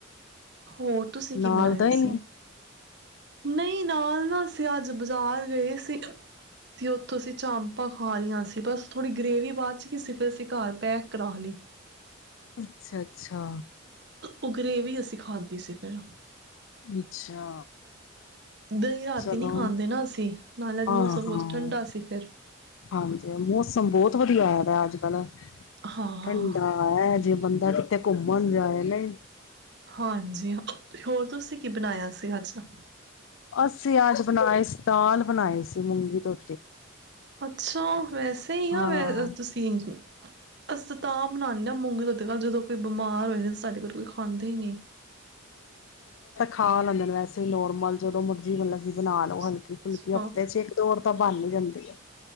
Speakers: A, on the right; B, on the left.
A: ਹੋਰ ਤੁਸੀਂ ਕੀ
B: ਨਾਲ
A: ਬਣਾਇਆ
B: ਦਹੀ
A: ਸੀ ਨਹੀਂ ਨਾਲ ਨਾ ਅਸੀਂ ਅੱਜ ਬਾਜ਼ਾਰ ਗਏ ਸੀ ਤੇ ਉੱਥੋਂ ਅਸੀਂ ਚਾਪਾਂ ਖਾ ਲਈਆਂ ਸੀ, ਬਸ ਥੋੜੀ ਗ੍ਰੇਵੀ ਬਚ ਗਈ ਸੀ ਫਿਰ ਤੇ ਘਰ ਪੈਕ ਕਰਾ ਲੀ।
B: ਅੱਛਾ-ਅੱਛਾ।
A: ਉਹ ਗ੍ਰੇਵੀ ਅਸੀਂ ਖਾਧੀ ਸੀ ਫਿਰ।
B: ਅੱਛਾ
A: ਦਹੀਂ ਰਾਤੀ
B: ਚਲੋ,
A: ਨਹੀਂ ਖਾਂਦੇ ਨਾ ਅਸੀਂ ਨਾਲ ਅੱਜ
B: ਹਾਂ-ਹਾਂ,
A: ਮੌਸਮ ਕੁਛ ਠੰਡਾ ਸੀ ਫਿਰ
B: ਹਾਂਜੀ, ਮੌਸਮ ਬਹੁਤ ਵਧੀਆ ਤੇ ਅੱਜ ਕੱਲ
A: ਹਾਂ
B: ਠੰਡਾ ਐ ਜੇ ਬੰਦਾ ਤੇ ਘੁੰਮਨ ਜਾਏ ਨਹੀਂ।
A: ਹਾਂਜੀ। ਹੋਰ ਤੁਸੀਂ ਕੀ ਬਨਾਇਆ ਸੀ? ਅੱਛਾ,
B: ਅਸੀਂ ਅੱਜ ਬਣਾਏ ਸੀ ਦਾਲ, ਬਣਾਏ ਸੀ ਮੂੰਗੀ ਤੋਂ
A: ਅੱਛਾ ਵੈਸੇ ਹੀ
B: ਹਾਂ
A: ਆ ਵੈ ਤੁਸੀਂ, ਅਸੀਂ ਤਾਂ ਬਣਾਦੇ ਹਾਂ ਮੂੰਗੀ ਧੋਤੀ ਦਾਲ ਗੱਲ ਜਦੋਂ ਕੋਈ ਬਿਮਾਰ ਹੋਏ ਸਾਡੇ ਕੋਲ ਕੋਈ ਖਾਂਦਾ ਹੀ ਨੀ,
B: ਖਾਂ ਲੈਂਦੇ ਨੇ ਵੈਸੇ ਨੋਰਮਲ ਜਦੋਂ ਮਰਜ਼ੀ ਮਤਲਬ ਕਿ ਬਣਾ ਲੋ
A: ਅੱਛਾ
B: ਹਲਕੀ ਫੁਲਕੀ ਹਫਤੇ ਚ ਇੱਕ ਦੋ ਵਾਰ ਤੋ ਬਨ ਵੀ ਜਾਂਦੀ ਹੈ।